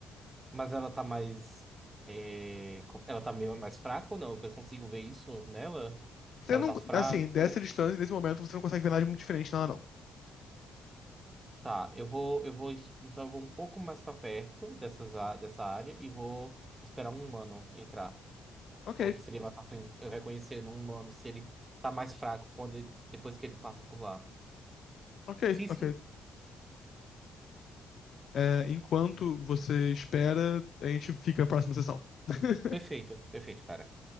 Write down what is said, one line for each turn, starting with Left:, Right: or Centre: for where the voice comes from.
Right: Mas ela tá mais. é, com- ela tá meio mais fraca ou não? Eu consigo ver isso nela?
Left: Você
Right: Se ela
Left: não,
Right: tá fraca.
Left: assim, dessa distância, nesse momento, você não consegue ver nada de muito diferente nela, não.
Right: Tá, eu vou, eu vou, es- então eu vou um pouco mais pra perto dessas, a- dessa área e vou esperar um humano entrar,
Left: Ok,
Right: porque seria mais fácil eu reconhecer num humano se ele tá mais fraco quando ele- depois que ele passa por lá.
Left: ok,
Right: Sim,
Left: ok.
Right: sim,
Left: É, enquanto você espera, a gente fica na próxima sessão. <laughs>
Right: perfeito, perfeito, cara.